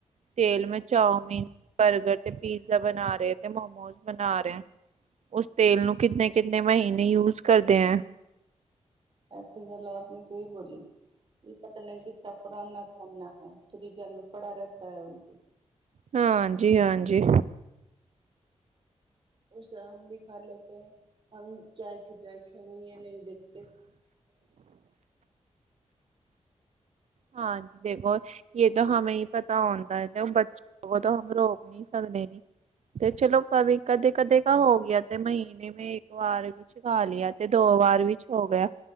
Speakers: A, on the right; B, on the right.
A: ਤੇਲ ਮੇ ਚਾਊਮਨ, ਬਰਗਰ ਤੇ ਪੀਜ਼ਾ ਬਣਾ ਰਹੇ ਥੇ ਮੋਮੋ ਬਣਾ ਰੈ ਉਸ ਤੇਲ ਨੂੰ ਕਿੰਨੇ-ਕਿੰਨੇ ਮਹੀਨੇ ਯੂਜ ਕਰਤੇ ਹੈਂ।
B: ਐਥੇ ਗੱਲ ਆਪਣੀ ਸਹੀ ਬੋਲੀ ਪਤਾ ਨੀ ਕਿਤਨਾ ਪੁਾਨਣਾ ਖਾਨਾ ਹੈ ਫਰੀਜਰ ਮੇਂ ਪੜਾ ਰੈਤਾ ਹੈ ਕੇ
A: ਹਾਂਜੀ-ਹਾਂਜੀ।
B: ਉਸੇ ਹਮ ਵੀ ਖਾ ਲਤੇ ਹੈ ਹਮ ਜਾਏ ਕੇ ਜਾ ਕੇ ਹੈ ਨਈ ਦੇਖਤੇ
A: ਹਾਂਜੀ ਦੇਖੋ ਯੇ ਤੋ ਹਮੇ ਈ ਪਤਾ ਹੁੰਦਾ ਐ ਤੇ ਬੱਚੇ ਤੋਂ ਹਮ ਰੋਕ ਨੀ ਸਕਦੇ ਨੇ ਤੇ ਚਲੋ ਕਵ ਕਦੇ-ਕਦੇ ਹੋ ਗਿਆ ਤੇ ਮਹੀਨੇ ਮੈਂ ਏਕ ਵਾਰ ਵਿੱਚ ਖਾ ਲਿਆ ਤੇ ਦੋ ਵਾਰ ਵਿੱਚ ਹੋ ਗਿਆ।